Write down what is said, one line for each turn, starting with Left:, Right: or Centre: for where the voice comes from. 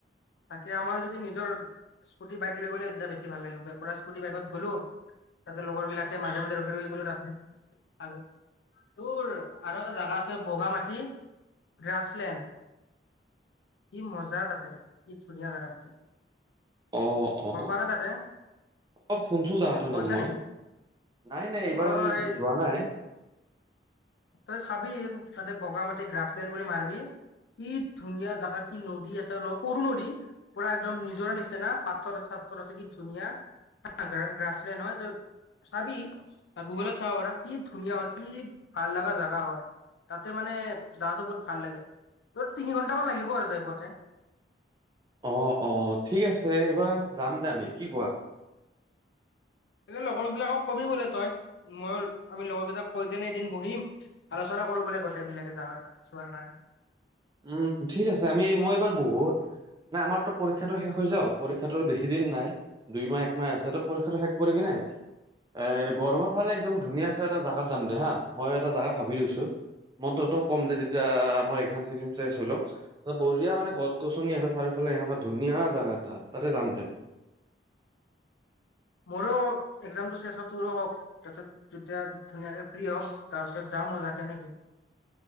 Left: তাকে আমাৰ যদি নিজৰ স্কুটি বাইক লৈ গ'লে তেতিয়া বেছি ভাল লাগিব পৰা স্কুটি বাইকত গ'লো তাতে লগৰ বিলাকে মাজে মাজে ৰখি ৰখি গ'লো তাতে আৰু তোৰ আৰু এটা জোগা আছে বগা মাটি গ্ৰাছলেণ্ড কি মজা তাতে। যি ধুনীয়া জাগা তাতে।
Right: অ অ
Left: গম পা না তাতে
Right: অ শুনছো জাগাটোৰ
Left: গৈছা
Right: নাম মই
Left: নেকি
Right: নাই নাই এইবাৰলৈ
Left: তই
Right: যোৱা নাই।
Left: তই চাবি তাতে বগ মাটি গ্ৰাছলেণ্ড বুলি মাৰিবি কি ধুনীয়া জাগা কি নদী আছে সৰু নদী পুৰা একদম নিজৰা নিচনা পাথৰ আছে চথৰ আছে কি ধুনীয়া হা গ্ৰাছলেণ্ড হয় তই চাবি গুগলত চাব পাৰ কি ধুনীয়া হয় কি। ভাল লগা জোগা হয় তাতে মানে জাগাটো বহুত ভাল লাগে, তিনি ঘন্টামান লাগিব আৰু যাই পাওঁতে।
Right: অ অ ঠিক আছে এইবাৰ যাম দে আমি কি কোৱা।
Left: লগৰবিলাকক কবি গলে তই ময় আমি লগৰ কেইটাক কৈ কেনে এদিন বহিম আলোচনা কৰো বোলে গোটেই বিলাকে যোৱাৰ চোৱাৰ কাৰণে।
Right: উম ঠিক আছে আমি মই এইবাৰ বহুত নে আমাৰতো পৰীক্ষাটো শেষ হৈ যাওক পৰীক্ষাটো বেছি দিন নাই দুই মাহ এক। মাহে আছে পৰীক্ষাটো শেষ কৰিবি নে। এ গৰমৰ ফালে একদম ধুনীয়া চাই এটা জোগাত যাম দে হা মই এটা জেগা ভাবি লৈছো মই তহঁতও ক'ম দে যেতিয়া আমাৰ একজাম চেকজা। টেষ্ট হৈ লওঁক, সব বঢিয়া মানে গছ গছনি আছে চাৰিওফালে সেনেকুৱা ধুনীয়া জাগা এটা তাতে যাম দে।
Left: মোৰো একজাম চেচ হওক তোৰো হওক তাৰ পাছত তেতিয়া ধুনীয়াকে ফ্ৰী হওঁক, তাৰ পিছত যাওঁ মজা কে নেকি।